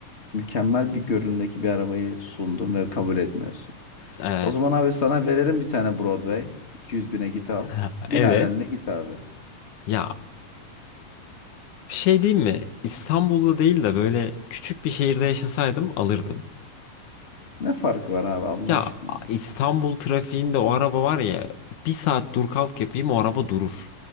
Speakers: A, on the left; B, on the left.
A: mükemmel bir görünümdeki bir arabayı sundum ve kabul etmiyorsun.
B: Evet.
A: O zaman abi sana verelim bir tane Broadway. 200 bine git al.
B: <laughs>
A: Bin
B: Evet.
A: ailenle git abi.
B: Ya bir şey diyeyim mi? İstanbul'da değil de böyle küçük bir şehirde yaşasaydım alırdım.
A: Ne farkı var abi Allah
B: Ya
A: aşkına.
B: İstanbul trafiğinde o araba var ya bir saat dur kalk yapayım o araba durur.